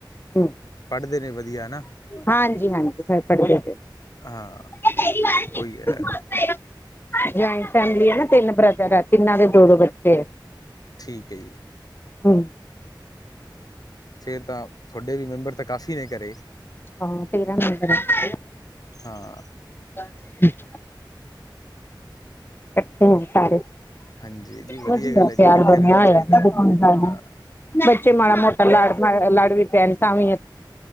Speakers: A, on the left; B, on the left.
A: ਹਮ
B: ਪੜ੍ਹਦੇ ਨੇ ਵਧੀਆ ਨਾ
A: ਹਾਂਜੀ-ਹਾਂਜੀ ਫੜਕੇ ਫ
B: ਹਾਂ
A: <unintelligible>
B: ਉਹੀ ਹੈ
A: ਜੁਆਇੰਟ ਫੈਮਿਲੀ ਆ ਨਾ ਤਿੰਨ ਬ੍ਰਦਰ ਐ ਤਿੰਨਾਂ ਦੇ ਦੋ-ਦੋ ਬੱਚੇ
B: ਠੀਕ ਐ ਜੀ।
A: ਹਮ
B: ਫੇ਼ਰ ਤਾਂ ਥੋਡੇ ਵੀ ਮੈਂਬਰ ਤਾਂ ਕਾਫੀ਼ ਨੇ ਘਰੇ
A: ਹਾਂ ਤੇਰਾਂ ਮੈਂਬਰ ਐ।
B: ਹਾਂ।
A: <inaudible> ਕੱਠੇ ਆ ਸਾਰੇ
B: ਹਾਂਜੀ ਦੀ
A: ਵਧੀਆ
B: ਗੱਲ ਹੈ ਜੀ
A: ਪਿਆਰ
B: ਇਕੱਠੇ
A: ਬਣਿਆ
B: ਰਹਿਣਾ ਚਾਹੀਦਾ
A: ਹੋਇਆ
B: ਹੈ ਹਾਂ
A: ਬੱਚੇ ਮਾੜਾ-ਮੋਟਾ ਲੜ, ਲੜ ਵੀ ਪੈਣ ਤਾਂ ਵੀ ਅਸ